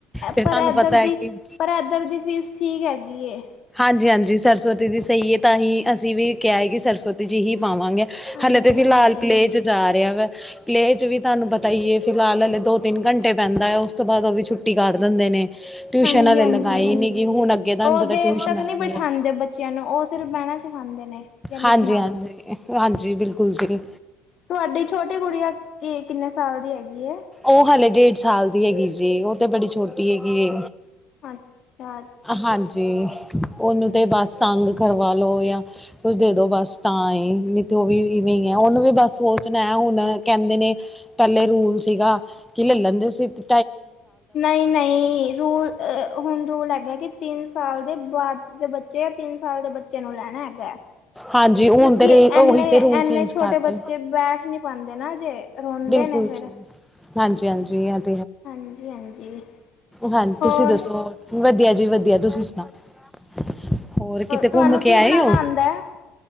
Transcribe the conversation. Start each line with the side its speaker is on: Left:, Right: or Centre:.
Centre: ਤੇ
Left: ਪਰ
Centre: ਤੁਹਾਨੂੰ
Left: ਏਧਰ
Centre: ਪਤਾ ਹੈ
Left: ਦੀ
Centre: ਕਿ
Left: ਪਰ ਏਧਰ ਦੀ ਫੀਸ ਠੀਕ ਹੈਗੀ ਏ
Centre: ਹਾਂਜੀ ਹਾਂਜੀ ਸਰਸਵਤੀ ਦੀ ਸਹੀ ਹੈ ਤਾਂ ਹੀ ਅਸੀਂ ਵੀ ਕਿਹਾ ਹੈ ਕਿ ਸਰਸਵਤੀ ਜੀ ਹੀ ਪਾਵਾਂਗੇ
Left: ਹਾਂਜੀ-ਹਾਂਜੀ,
Centre: ਹਲੇ ਤੇ ਫਿਲਹਾਲ ਪਲੇ ਚ ਜਾ ਰਿਹਾ ਵਾ ਪਲੇਅ 'ਚ ਵੀ ਤੁਹਾਨੂੰ ਪਤਾ ਹੀ ਹੈ ਫਿਲਹਾਲ ਹਲੇੇ ਦੋ ਤਿੰਨ ਘੰਟੇ ਪੈਂਦਾ ਹੈ ਉਸ ਤੋਂ ਬਾਅਦ ਉਹ ਵੀ ਛੁੱਟੀ ਕਰ ਦਿੰਦੇ ਨੇ ਟਿਊਸ਼ਨ
Left: ਹਾਂਜੀ
Centre: ਹਲੇ
Left: ਹਾਂਜੀ
Centre: ਲਗਾਈ ਨੀ ਗੀ ਹੁਣ ਅੱਗੇ ਤੁਹਾਨੂੰ
Left: ਉਹਦੇ
Centre: ਪਤਾ ਟਿਊਸ਼ਨ
Left: ਤੱਕ
Centre: ਹੈਗੀ
Left: ਨਹੀਂੀ ਬਿਠਾਉਂਦੇ
Centre: ਹੈ।
Left: ਬੱਚਿਆਂ ਨੂੰ ਉਹ ਸਿਰਫ ਬਹਿਣਾ ਸਿਖਾਉਂਦੇ ਨੇ ਯਾ ਲਿਖਣਾ
Centre: ਹਾਂਜੀ-ਹਾਂਜੀ, ਹਾਂਜੀ ਹਾਂਜੀ ਬਿਲਕੁਲ ਜੀ।
Left: ਤੁਹਾਡੀ ਛੋਟੀ ਕੁੜੀੀਆਂ ਕਿ ਕਿੰਨੇ ਸਾਲ ਦੀ ਹੈਗੀ ਹੈ
Centre: ਉਹ ਹਲੇੇ ਡੇਢ ਸਾਲ ਦੀ ਹੈਗੀ ਜੀ ਉਹ ਤੇ ਬੜੀ ਛੋਟੀ ਹੈਗੀ
Left: ਅੱਛਾ ਅੱਛਾ
Centre: ਹਾਂਜੀ ਉਹਨੂੰ ਤੇ ਬਸ ਤੰਗ ਕਰਵਾ ਲੋ ਜਾਂ ਕੁੱਝ ਦੇ ਦੋ ਬਸ ਤਾਂ ਹੀ ਨਹੀਂ ਤੇ ਉਹ ਵੀਵੇਂ ਉਹਨੂੰ ਵੀ ਬਸ ਸੋਚਣਾ ਹੈ ਹੁਣ ਇਹ ਕਹਿੰਦੇ ਨੇ ਪਹਿਲੇ ਰੂਲਸ ਸੀਗਾ ਕੀ ਲੈ ਲੈਂਦੇ ਸੀ ਤੇ
Left: ਨਹੀਂ ਨਹੀਂ ਰੂਲ ਅ ਹੁਣ ਰੂਲ ਹੈਗਾ ਕਿ ਤਿੰਨ ਸਾਲ ਦੇ ਬਾਅਦ ਦੇ ਬੱਚੇ, ਤਿੰਨ ਸਾਲ ਦੇ ਬੱਚੇ ਨੂੰ ਲੈਣਾ ਹੈਗਾ ਹੈ
Centre: ਹਾਂਜੀ ਹੁਣ
Left: ਕਿਉਂਕਿ
Centre: ਤੇ ਰੇ
Left: ਇਨੇ
Centre: ਉਹੀ ਤੇ ਰੂਲ
Left: ਐੰਨੇ
Centre: ਚੇਂਜ
Left: ਛੋਟੇ
Centre: ਕਰਤੇ
Left: ਬੱਚੇ ਬੈਠ ਨੀ ਪਾਉਂਦੇ ਨਾ ਜੇ ਰੋਂਦੇ
Centre: ਬਿਲਕੁਲ
Left: ਨੇ ਫਿਰ
Centre: ਜੀ ਹਾਂਜੀ ਹਾਂਜੀ ਹਾਂਜੀ
Left: ਹਾਂਜੀ ਹਾਂਜੀ
Centre: ਹਾਂਜੀ,
Left: ਹੋਰ
Centre: ਤੁਸੀ ਦੱਸੋ? ਵਧੀਆ ਜੀ- ਵਧੀਆ। ਤੁਸੀ ਸੁਣਾਓ? ਹੋਰ ਕਿਤੇ
Left: ਤੁਹਾਨੂੰ
Centre: ਘੁੰਮਕੇ
Left: ਕੀ
Centre: ਆਏ
Left: ਬਣਾਉਣਾ
Centre: ਹੋ?
Left: ਆਉਂਦਾ ਹੈ